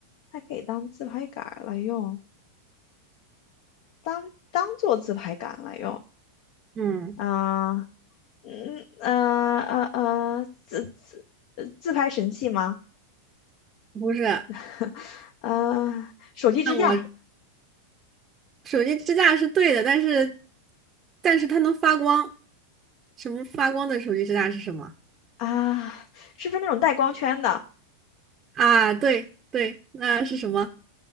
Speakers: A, on the left; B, on the right.
A: 它可以当自拍杆儿来用，当当做自拍杆来用，
B: 嗯，
A: 啊、嗯呃呃呃，自自呃自拍神器吗？
B: 不是，
A: <laughs> 呃，手机支架
B: 那我手机支架是对的，但是，但是它能发光。什么发光的手机支架是什么？
A: 啊、是不是那种带光圈的？
B: 啊，对对，那是什么